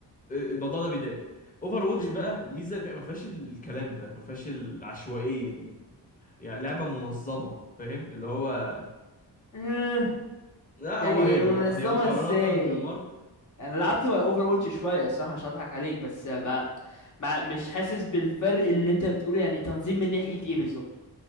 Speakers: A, on the left; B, on the left.
A: آه، الموضوع ده بيضايق اوفر واتش
B: مم.
A: بقى الميزه اللي فيها- ما فيهاش الكلام ده ما فيهاش العشوائيه دي يعني لعبه منظمه فاهم اللي هو
B: مم.
A: لا
B: يعني
A: هو هي
B: منظمة
A: من... هي مقارنة
B: ازاي
A: بمارك
B: انا لعبت اوفر واتش شوية الصراحة مش هضحك عليك بس ما, ما مش حاسس بالفرق اللي انت بتقوله يعني تنظيم من ناحية ايه بالظبط